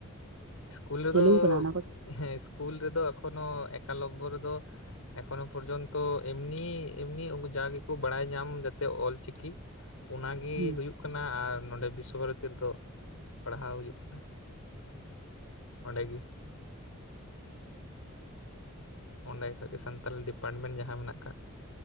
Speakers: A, on the left (about 80°); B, on the right (about 80°).
A: ᱤᱥᱠᱩᱞ ᱨᱮᱫᱚ
B: ᱪᱟᱹᱞᱩ ᱟᱠᱟᱱᱟ ᱚᱱᱟ ᱠᱚ
A: ᱦᱮᱸ ᱤᱥᱠᱩᱞ ᱨᱮᱫᱚ ᱮᱠᱷᱚᱱᱚ ᱮᱠᱟᱞ ᱱᱚᱢᱵᱚᱨ ᱨᱮᱫᱚ ᱮᱠᱷᱚᱱᱚ ᱯᱚᱨᱡᱚᱱᱛᱚ ᱮᱢᱱᱤ ᱮᱢᱱᱤ ᱩᱱᱠᱩ ᱡᱟ ᱜᱮᱠᱚ ᱵᱟᱲᱟᱭ ᱧᱟᱢ ᱡᱟ ᱛᱮ ᱚᱞ ᱪᱤᱠᱤ ᱚᱱᱟᱜᱮ
B: ᱦᱩᱸ
A: ᱦᱩᱭᱩᱜ ᱠᱟᱱᱟ ᱟᱨ ᱱᱚᱰᱮ ᱵᱤᱥᱥᱚ ᱵᱷᱟᱨᱚᱛᱤ ᱨᱮᱫᱚ ᱯᱟᱲᱦᱟᱣ ᱦᱩᱭᱩᱜ ᱠᱟᱱᱟ ᱚᱸᱰᱮ ᱜᱤ ᱚᱸᱰᱮ ᱠᱷᱚᱡ ᱥᱟᱱᱛᱟᱞᱤ ᱰᱤᱯᱟᱴᱢᱮᱱᱴ ᱡᱟᱦᱟᱸ ᱢᱮᱱᱟᱜ ᱟᱠᱟᱜ